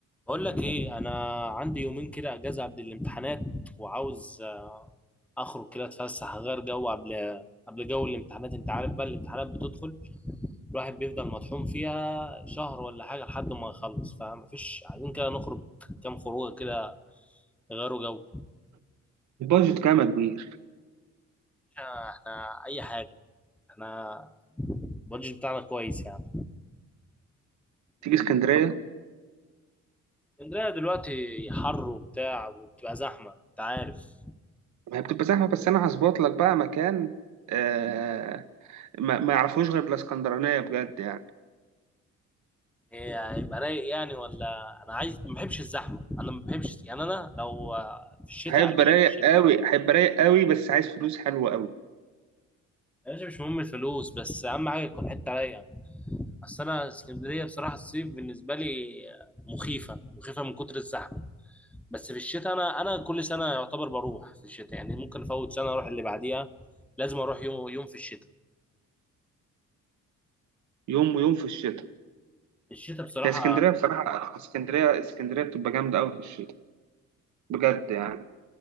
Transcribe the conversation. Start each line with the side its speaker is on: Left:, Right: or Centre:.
Centre: بقول لك ايه انا عندي يومين كده اجازه قبل الامتحانات وعاوز اخرج كده اتفسح اغير جو قبل قبل جو الامتحانات انت عارف بقى الامتحانات بتدخل الواحد بيفضل مطحون فيها شهر ولا حاجه لحد ما يخلص فمفيش عايزين كده نخرج كام خروجه كده يغيروا جو
Right: البادجت كام يا كبير
Centre: احنا اي حاجه احنا البادجت بتاعنا كويس يعني
Right: تيجي اسكندريه
Centre: اسكندريه دلوقتي حر وبتاع وبتبقى زحمه انت عارف
Right: ما هي بتبقى زحمه بس انا هظبط لك بقى مكان آه ما, ما يعرفوش غير الاسكندرانيه بجد يعني
Centre: إيه، هيبقى رايق يعني ولا انا عايز ما بحبش الزحمه انا ما بحبش يعني انا لو آه، في الشتاء
Right: هيبقى
Centre: اجي
Right: رايق
Centre: لك في الشتاء
Right: قوي هيبقى رايق قوي بس عايز فلوس حلوه قوي
Centre: يا باشا مش مهم الفلوس بس اهم حاجه تكون حته رايقه اصل انا اسكندريه بصراحه الصيف بالنسبه لي آه، مخيفه مخيفه من كتر الزحمه بس في الشتاء انا انا كل سنه يعتبر بروح في الشتاء يعني ممكن افوت سنه اروح اللي بعديها لازم اروح يوم يوم في الشتاء
Right: يوم ويوم في الشتاء
Centre: الشتاء بصراحه
Right: هي اسكندريه بصراحه اسكندريه اسكندريه بتبقى جامده قوي في الشتاء بجد يعني